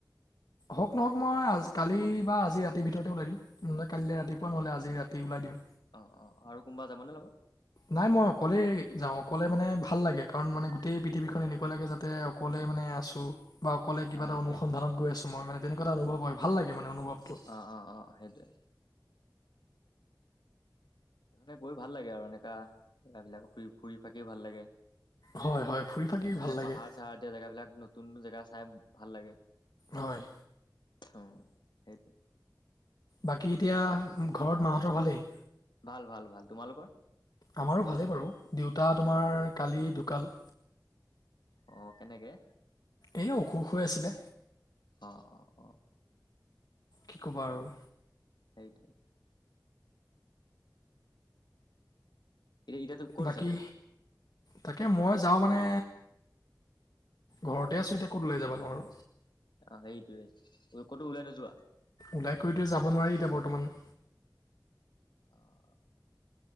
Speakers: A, on the left; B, on the left.
A: হওঁক নহওঁক মই আজ কালি বা আজি ৰাতিৰ ভিতৰতে ওলাই দিম। নহ'লে কাইলে ৰাতিপুৱা নহ'লে আজি ৰাতি ওলাই দিম।
B: অ', অ', আৰু কোনবা যাব নে লগত?
A: নাই মই অকলেই যাওঁ, অকলে মানে ভাল লাগে কাৰণ মানে গোট গোটেই পৃথিৱীখন এনেকুৱা লাগে যাতে অকলে মানে আছোঁ বা অকলে কিবা
B: অ
A: এটা অনুসন্ধানত
B: সেইটোৱে
A: গৈ আছোঁ মই মানে তেনেকুৱা এটা অনুভৱ হয় ভাল লাগে মানে অনুভৱটো।
B: অ' অ' অ', সেটোৱে। <unintelligible> গৈ ভাল লাগে আৰু এনেকা জেগাবিলাক ফুৰি ফুৰি ফাঁকি ভাল লাগে। <unintelligible>
A: হয় হয় ফুৰি ফাকি ভাল লাগে
B: পাহাৰ চাহাৰ এতিয়া জেগাবিলাক নতুন নতুন জেগা চাই ভাল লাগে।
A: হয়।
B: অ', সেইটোৱে।
A: বাকী এতিয়া ঘৰত মাহঁতৰ ভালেই?
B: ভাল ভাল ভাল। তোমালোকৰ?
A: আমাৰোঁ ভালেই বাৰু। দেউতা তোমাৰ
B: অ
A: কালি ঢুকাল।
B: অ', কেনেকে?
A: এই অসুখ হৈ আছিলে।
B: অ', অ'।
A: কি ক'বা আৰু।
B: সেইটোৱে। এ, এতিয়াতো। ক'ত
A: বাকী।
B: আছা তুমি
A: তাকে মই যাওঁ মানে ঘৰতে আছোঁ এতিয়া ক'ত ওলাই যাবা নো আৰু।
B: অ', সেইটয়ে ক'তো ওলাই। নোযোৱা
A: ওলাই কৰিটো যাব নোৱাৰি এতিয়া বৰ্তমান।
B: অ'।